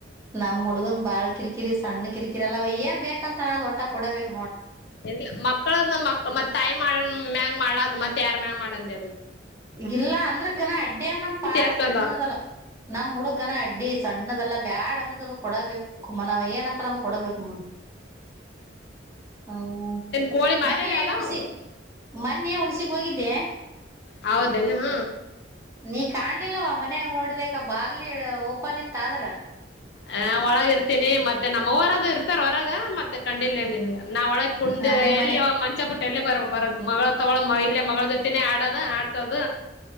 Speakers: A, on the right; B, on the left.
A: ನಮ್ ಹುಡ್ಗನ್ ಬಾಳ ಕಿರಿಕಿರಿ ಸಣ್ಣ ಕಿರಿಕಿರಿ ಅಲ್ಲ ಏನ್ ಬೇಕಂತಾನ ಅ್ ಒಟ್ಟ ಕೊಡಬೇಕ.
B: ಎಲ್ಲ ಮಕ್ಕಳ ಮ ಮತ್ ತಾಯಿ ಮಾಡ ಮ್ಯಾಗ ಮಾಡದು ಮತ್ತ ಯಾರ್ ಮ್ಯಾಗ ಮಾಡಂದಾರ.
A: ಇಲ್ಲ ಅಂದ್ರ ಘನ ಅಡ್ಡಿಯ ನಮ್ ಪಾರ
B: ಎಷ್ಟಂದ
A: ಸಣ್ಣದಲ್ಲ ನಮ್ಮ್ ಹುಡುಗ ಗನ ಅಡ್ಡಿ. ಇಡ್ಡಿ ಸಣ್ಣದಲ್ಲಾ ಬ್ಯಾಡ್ ಅಂದ್ ಅದ ಕೊಡಬೇಕು ಕುಮ್ಮ ನಾವ್ ಏನ್ತ್ರ ಅಂದ ಕೊಡಬೇಕುಮ್ಮ. ಹ್ಮ
B: ಏನ್ ಕೋಳಿ ಮಾರಿರ
A: ಮೊನ್ನ
B: ಅದಾವ
A: ಉಣಸಿಸಿ ಮೊನ್ನೆ ಉಣಸ ಹೋಗಿದ್ದೆ.
B: ಹೌದನ ಹ.
A: ನೀ ಕಾಣ್ಲಿಲ್ಲವ ಮನ್ಯಾಗ ನೋಡ್ಬೇಕ ಬಾಗ್ಲಿ ಓಪನ್ ಇತ್ತ ಆದ್ರ.
B: ಹ ಒಳಗ ಇರ್ತೀನಿ ಮತ್ತೆ ನಮ್ಮ ಊರದು ಇರ್ತಾರ ಹೊರಗ ಮತ್ತೆ ಕಂಡಿಲ್ನ್ನ್. ನಾವ್ ಒಳಗ್ ಕುಂಡ
A: ಅದೇ
B: ಎಲ್ಲಿ
A: ಮನೆ
B: ಮಂಚ ಬುಟ್ಟ ಎಲ್ಲ ಬರ್ಬೇಕಕ್ ಹೊರಗೆ ಮಗಳ ತಗೊಳ ಇಲ್ಲ. ಮಗಳ ಜೊತೆನೇ ಆಡದ ಆಡ್ತದ.